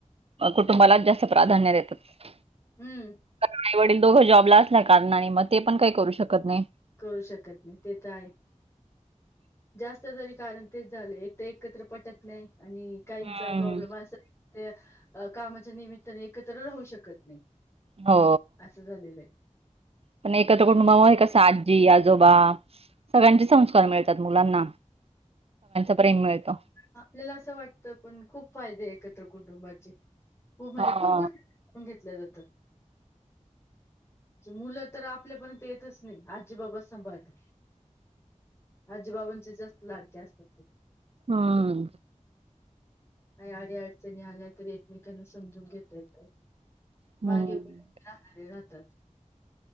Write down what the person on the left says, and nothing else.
हम्म
करू शकत नाही ते तर आहे जास्त तरी कारण तेच झालंय, एक तर एकत्र पटत नाही आणि काहींचा
प्रॉब्लेम आस ते कामाच्या निमित्ताने एकत्र राहू शकत नाही.
आसं झालेलं ए.
आपल्याला असं वाटत, पण खूप फायदे एकत्र कुटुंबाचे. हो म्हणजे
खूप गोष्टी समजून घेतल्या जातात. म्हंजे मुले तर आपल्यापर्यंत येतच नाही, आजी बाबाच सांभाळतात. आजीबाबांचे जास्त लाडके असतात ते.
काही अडीअडचणी आल्या तरी, एकमेकांना समजून घेता येतात.
मागे राहणारे राहतात.